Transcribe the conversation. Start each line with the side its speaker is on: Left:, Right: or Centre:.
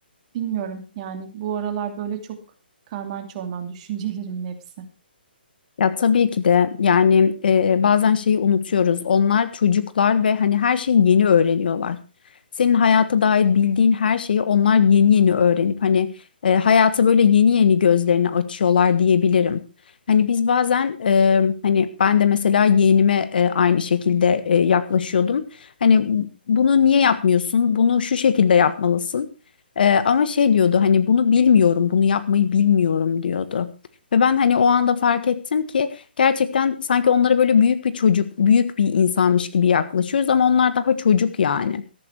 Right: Bilmiyorum yani bu aralar böyle çok karman çorman <laughs> düşüncelerimin hepsi.
Left: Ya tabii ki de yani e, bazen şeyi unutuyoruz. Onlar çocuklar ve hani her şeyi yeni öğreniyorlar. Senin hayata dair bildiğin her şeyi onlar yeni yeni öğrenip hani e, hayata böyle yeni yeni gözlerini açıyorlar diyebilirim. Hani biz bazen e, hani ben de mesela yeğenime e, aynı şekilde e, yaklaşıyordum. Hani bunu niye yapmıyorsun? Bunu şu şekilde yapmalısın. E, ama şey diyordu hani bunu bilmiyorum, bunu yapmayı bilmiyorum diyordu. Ve ben hani o anda fark ettim ki gerçekten sanki onlara böyle büyük bir çocuk, büyük bir insanmış gibi yaklaşıyoruz ama onlar daha çocuk yani.